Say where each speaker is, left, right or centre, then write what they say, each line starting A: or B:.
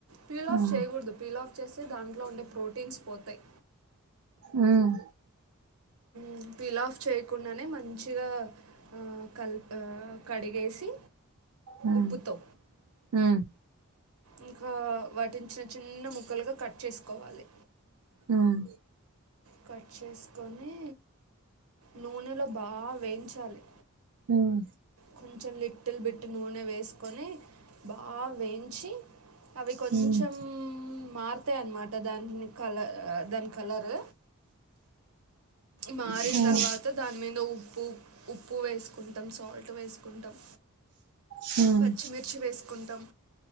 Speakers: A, on the right; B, on the right.
A: పీల్ ఆఫ్
B: మ్మ్
A: చేయగుడదు పీల్ ఫీల్ ఆఫ్ చేస్తె దాంట్లో ఉండే ప్రోటీన్స్ పొతయ్
B: హు మ్
A: మ్ పిల్ ఆఫ్ చేయకుండనే మంచిగా కల్ కడిగేసి
B: మ్మ్
A: ఉప్పుతో
B: మ్మ్
A: ఇంకా వాటిని చిన్ చిన్న ముక్కలుగా కట్ చేసుకోవాలి
B: మ్మ్
A: కట్ చేసుకొనీ నూనెలో బా వేయించాలి
B: మ్మ్
A: కొంచెం లిట్టిల్ బిట్ నూనె వేసుకొని బా వేయించి అవి కొంచాం
B: హ్మ్
A: మారుతాయన్నమాట దాని కల దాని కలర్ మారిన్
B: హ్మ్
A: తర్వాత దాని మీద ఉప్పు ఉప్పు వేసుకుంటాం సాల్ట్ వేసుకుంటాం
B: హ్మ్
A: పచ్చిమిర్చి వేసుకుంటాం